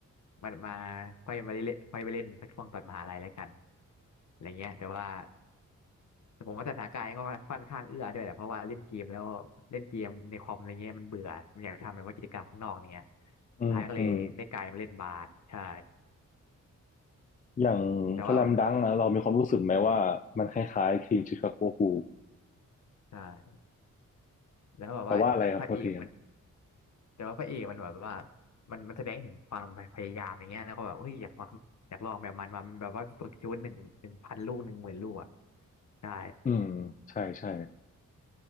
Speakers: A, on the left; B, on the left.
A: มันมาค่อยมาเล่นค่อยไปเล่นสักช่วงตอนมหาลัยแล้วกันอะไรเงี้ยแต่ว่า แต่ผมว่าสถานการณ์ก็ค่อนข้างเอื้อด้วยแหละเพราะว่าเล่นเกมแล้วเล่นเกมในคอมอะไรเงี้ยมันเบื่อมันอยากทำแบบว่ากิจกรรมข้างนอกเนี้ยสุดท้ายก็เลยได้กลายมาเล่นบาสใช่
B: อืมอืมอย่างสแลมดังก์อะเรามีความรู้สึกไหมว่ามันคล้ายๆทีมชิคาโกบูล
A: แต่ว่าใช่แล้วแบบว่าพระเอกมัน
B: แต่ว่าอะไรครับโทษทีครับ
A: แต่ว่าพระเอกมันแบบว่ามันมันแสดงถึงความพยายามอย่างเงี้ยแล้วก็แบบเฮ้ยอยากลองทำอยากลองแบบมันมาแบบว่าฝึกชุดหนึ่งหนึ่งพันลูกหนึ่งหมื่นลูกอ่ะใช่
B: อืมใช่ใช่